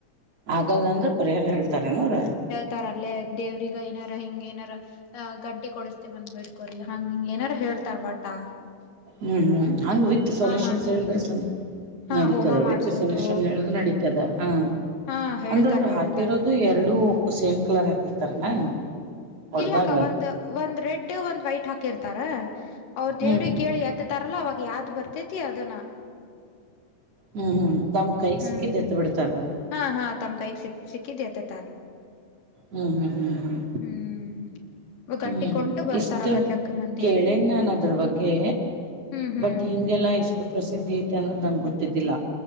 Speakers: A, on the right; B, on the left.
A: ಆಗಲ್ಲ ಅಂದ್ರ ಪರಿಹಾರ ಹೇಳ್ತಾರ ಏನ್ ಅವರ್? <inaudible>
B: ತಾರ ಅಲ್ಲೇ ದೇವರಿಗ ಏನಾರ ಹಿಂಗ ಏನರ <inaudible> ಅ ಗಂಟಿ ಕೊಡಿಸತ್ತಿನಿ ಅಂತ ಬಿಡ್ಕೋರಿ ಹಂಗ ಹಿಂಗ್ ಏನಾರ ಹೇಳ್ತಾರ ಭಟ್ಟ. <inaudible>
A: ಹ್ಮ್ ಹ್ಮ್ ಹಂಗ್ ವಿತ್ ಸೊಲ್ಯೂಷನ್ಸ್
B: ಮಾಡ್ಸುದ್
A: ಹೇಳಿದ್ರ ಸ್ಯೆ
B: ಹಾ
A: ನಡೀತದ
B: ಹೋಮ
A: ವಿತ್
B: ಮಾಡ್ಸುದು
A: ಸೊಲ್ಯೂಷನ್ ಹೇಳುದ್ರ ನಡೀತದ ಹಾ.
B: ಹಾ ಹೇಳ್ತಾರ
A: ಅಂದ್ರ
B: ಹೇಳ್ತಾರಕ
A: ಹಾಕಿರೋದು ಎರಡು ಸೇಮ್ ಕಲರ್ ಹಾಕಿರ್ತಾರನಾ? ಹೊಡ್ದಾಗ
B: ಇಲ್ಲಕ್ಕ ಒಂದ್ ಒಂದ್ ರೆಡ್ ಒಂದ್ ವೈಟ್ ಹಾಕಿರ್ತಾರ ಅವ್ರ
A: ಹ್ಮ್
B: ದೇವ್ರಿಗೆ ಕೇಳಿ ಮ ತರಲ್ಲ ಅವಾಗ ಯಾವ್ದ್ ಬರ್ತೈತಿ ಅದನ್ನ
A: ಹ್ಮ್ ಹ್ಮ್ ತಮ್ಮ ಕೈಗೆ
B: ಹ್ಮ್
A: ಸಿಕ್ಕಿ ತ್ತ ಬಿಡ್ತಾರ ಅವರು.
B: ಹಾ ಹಾ ತಮ್ಮ ಕೈ ಸಿಕ್ ಸಿಕ್ಕಿದ ಎತುತಾರ.
A: ಹ್ಮ್ ಹ್ಮ್ ಹ್ಮ್ ಹ್ಮ್
B: ಹ್ಮ್ ಗಂಟಿ
A: ಹ್ಮ್
B: ಕೊಟ್ಟು ಬರ್ತಾರಕ್ಕ
A: ಇಷ್ಟ
B: ಜಗ್ ಮಂದಿ
A: ಕೇಳೇ
B: ಎಲ್ಲ
A: ನಾನ್ ಅದ್ರ ಬಗ್ಗೆ
B: ಹ್ಮ್ ಹ್ಮ್
A: ಬಟ್ ಇಂ ಗೆಲ್ಲ ಎಷ್ಟು ಪ್ರಸಿದ್ಧಿ ಐತೆ ಅನ್ನೋದು ನಂಗೆ ಗೊತ್ತಿದ್ದಿಲ್ಲ